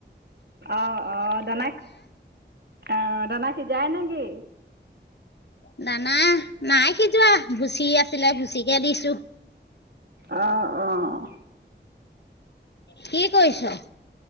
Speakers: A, on the right; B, on the left.
A: অঁ' অঁ' দানা, অঁ' দানা সিজাই নে কি?
B: দানা নাই সিজোৱা, ভুচি আছিলে ভুচিকে দিছোঁ।
A: অঁ অঁ'।
B: কি কৰিছ?